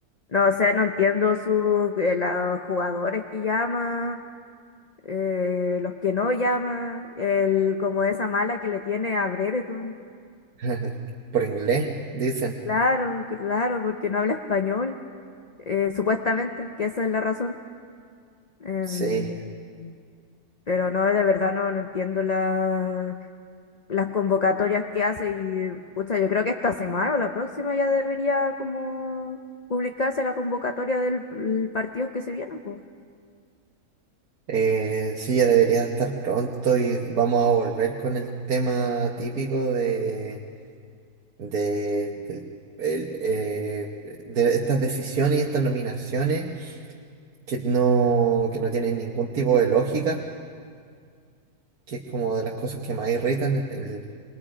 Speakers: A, on the left; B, on the right.
A: no sé, no entiendo su, eh, los jugadores que llama eh, los que no llama, el, como esa mala que le tiene a Brereton.
B: <laughs> Por inglés, dicen.
A: Claro, claro, porque no habla español, eh, supuestamente, que esa es la razón. Em,
B: Sí,
A: pero no, de verdad no, no entiendo la- las convocatorias que hace y, pucha, yo creo que esta semana o la próxima ya debería como publicarse la convocatoria del el partido que se viene, pues,
B: eh, sí, ya debería estar pronto y vamos a volver con el tema típico de, de, del- el, eh, de estas decisiones y estas nominaciones que no, que no tienen ningún tipo de lógica, que es como de las cosas que más irritan, el- el,